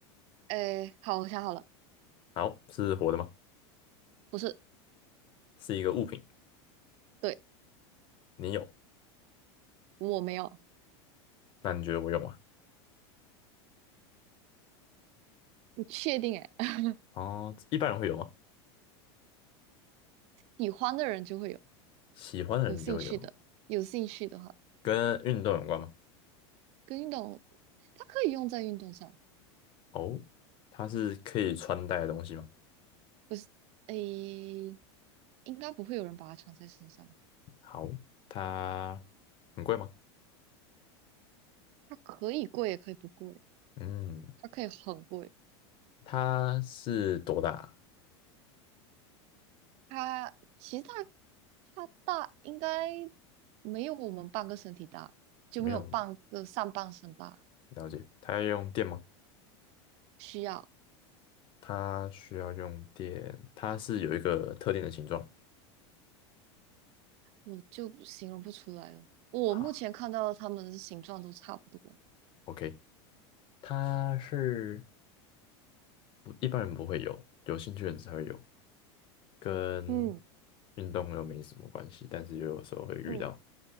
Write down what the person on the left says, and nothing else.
好，是活的吗？
是一个物品，
你有，
那你觉得我有吗？
哦，一般人会有吗？
喜欢的人就会有，
跟运动有关吗？
哦，它是可以穿戴的东西吗？
好，它很贵吗？
嗯，
它是多大？
没有了解，它要用电吗？
它需要用电，它是有一个特定的形状
啊。OK，它是不，一般人不会有，有兴趣的人才会有，跟
运动又没什么关系，但是又有时候会遇到，